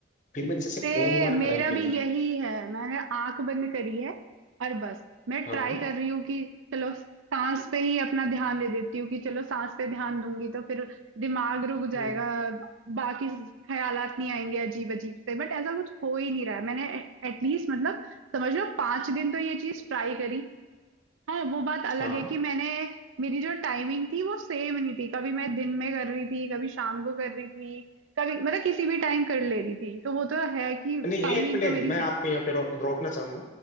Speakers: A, on the left; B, on the right.
A: फिर मैंने जैसे
B: ए
A: ओम वाला
B: मेरा
A: ट्राई किया
B: भी यही
A: ना
B: है मैंने आंख बंद करी है और बस मैं
A: हाँ
B: ट्राई कर रही हूँ कि चलो सांस पे ही अपना ध्यान दे देती हूँ कि चलो सांस पे ध्यान दूंगी तो फिर दिमाग रुक जाएगा
A: हम्म,
B: बाकी ख्यालात नहीं आएंगे अजीब अजीब से बट ऐसा कुछ हो ही नहीं रहा है मैंने एटलीस्ट मतलब समझ लो पांच दिन तो ये चीज ट्राई करी हाँ वो बात अलग
A: हाँ
B: है कि मैंने मेरी जो टाइमिंग थी वो सेम नहीं थी कभी मैं दिन में कर रही थी कभी शाम को कर रही थी कभी मतलब किसी भी टाइम कर ले रही थी तो वो तो है कि
A: नहीं
B: टाइमिंग
A: एक मिनट
B: तो मेरी
A: मैं
B: सही
A: आपको यहाँ पे रो, रोकना चाहूंगा